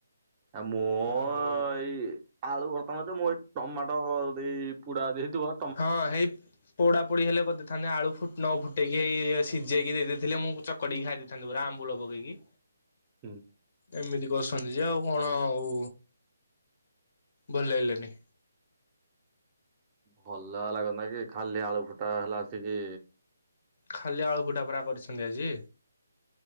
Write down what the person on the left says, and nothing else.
ଆଉ
ହଁ ହେଇ ପୋଡା ପୋଡ଼ି ହେଲେ କରିଦେଇଥାନ୍ତେ ଆଳୁ ଫୁ ନ ଫୁଟେଇକି ସିଝେଇକି ଦେଇେଦେଇଥିଲେ ମୁଁ ଚକଡ଼ିକି ଖାଇ ଦେଇଥାନ୍ତି ପରା ଆମ୍ବୁଳ ପକେଇକି।
ଏମିତି କରଛନ୍ତି ଯେ ଆଉ କଣ ଆଉ ଭଲ ଲାଗିଲାନି।
ଖାଲି ଆଳୁ ଫୁଟା ପରା କରିଛନ୍ତି ଆଜି।